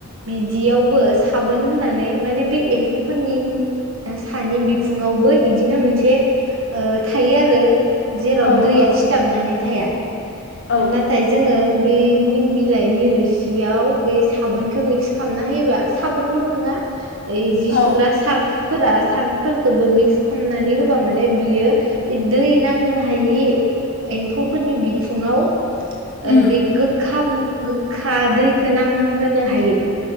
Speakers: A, on the right; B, on the left.
A: बिदियाव बो साबोन होनानै माने बे एम्फौफोरनि सानि बिखुुङावबो इदिनो मोनसे ओ थायो आरो जेराव
B: औ
A: बिये
B: औ
A: सिथाबनानै थाया
B: औ
A: नाथाय जोङो बेनि बिलाइनि रोसियाव बे साबोनखौ मिक्स खालामना होयोबा साबोनल' नङा ओइ जि
B: औ
A: सुग्रा सार्फफोरा सार्फफोरखौबो मिक्स खालामनानै होबा माने बियो बे दै नांनो हायि एम्फौफोरनि बिखुङाव ओ
B: उम
A: बे गोखाब गोखा दैखौ नांहोनो हायो।